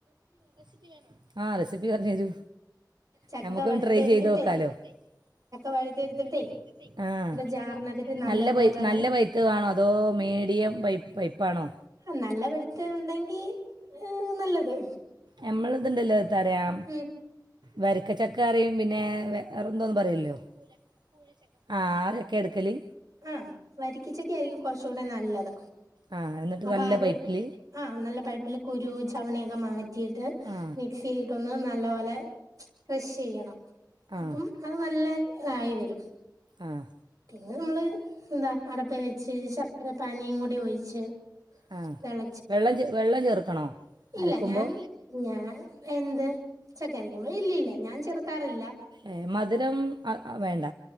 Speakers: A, on the right; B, on the right.
A: റെസിപ്പി വേണോ? ആഹ് റെസിപ്പി പറഞ്ഞ് തരു
B: ചക്ക
A: നമ്മക്കൊന്ന്
B: പഴുത്ത
A: ട്രൈ
B: എടുത്തിട്ടേ
A: ചെയ്ത് നോക്കാലോ ചക്ക
B: പഴുത്ത എടുത്തിട്ടേ
A: പഴുത്തെ എടുത്തിട്ടെ ആഹ് മിക്സിയുടെ
B: ജാറിനകത്തിട്ട്
A: ജാറ് നല്ല
B: പോലെ
A: പഴുത്തെ
B: അങ്ങ്
A: നല്ല പഴുത്തെ വേണോ? അതോ മീഡിയം പഴുപ്പ് പഴുപ്പാണോ?
B: ആ നല്ല പഴുത്ത ഉണ്ടെങ്കി ഏ നല്ലത്
A: നമ്മള്തുണ്ടല്ലോ തരാം
B: ഉം
A: വരിക്കച്ചക്കറിയും പിന്നെ വേറെ എന്തോന്നും പറയല്ലോ കൂഴ കൂഴ ചക്ക ആ ചക്ക എടുക്കല്
B: ആഹ് വരിക്കിച്ചക്ക ആയിരിക്കും കുറച്ചൂടെ നല്ലത്
A: ആ എന്നിട്ട്
B: അപ്പൊ
A: നല്ല
B: അത്
A: പൈപ്പിൽ
B: ആഹ് നല്ല പഴിപ്പില് കുരു ചവിണിയൊക്കെ മാറ്റിയിട്ട്
A: ആ
B: മിക്സിയിലിട്ടൊന്ന് നല്ല പോലെ ക്രഷ് ചെയ്യണം
A: ആ
B: അപ്പം അത് നല്ല ഇതായി വരും
A: ആഹ്
B: പിന്നെ നമ്മള് എന്താ അടപ്പെ വെച്ച് ശർക്കര പാനീം കൂടി ഒഴിച്ച്
A: ആ
B: തെള
A: വെള്ളം ചെ വെള്ളം ചേർക്കണോ
B: ഇല്ല
A: അരക്കുമ്പോൾ
B: ഞാൻ ഞാൻ എന്ത് ചക്കരക്കുമ്പോ ഇല്ലില്ല ഞാൻ ചേർക്കാറില്ല
A: ഏ മധുരം ആ ആ വേണ്ട